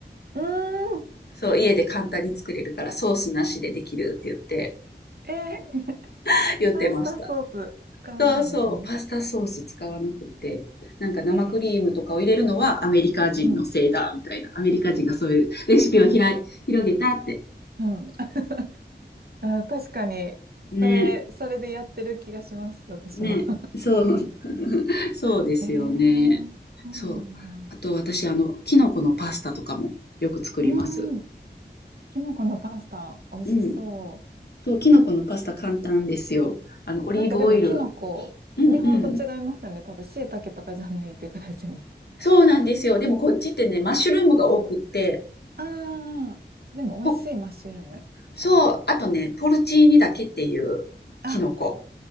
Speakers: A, on the right; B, on the left.
A: うーん、
B: そう、家で簡単に作れるからソースなしでできるって言って、
A: えー、<laughs>
B: <laughs> 言ってました。
A: パスタソース使わないんですね。
B: そうそう、パスタソース使わなくて、なんか生クリームとかを入れるのはアメリカ人のせいだ、
A: えー、すごい。うん、
B: みたいな。アメリカ人がそういうレシピをひらい広げたって。
A: うん。あー、確かに、それ、
B: ね、
A: それでやってる気がします、私も。
B: ね、そう、<laughs> そうですよね。
A: <laughs> えー、そうなんだ。
B: そう。あと私、あの、キノコのパスタとかもよく作ります。
A: うーん、キノコのパスタ、美味しそう。
B: うん。そう、キノコのパスタ簡単ですよ。あの、オリーブオイル。
A: なんかでもキノコ、
B: うんうん。
A: 日本と違いますよね。多分、椎茸とかじゃないっていうことですよね。
B: そうなんですよ。でもこっちってね、マッシュルームが多くって、
A: うん。ああ、でも美味しいマッシュルーム。
B: ほ、そう、あとね、ポルチーニだけっていうキノコ。
A: あ、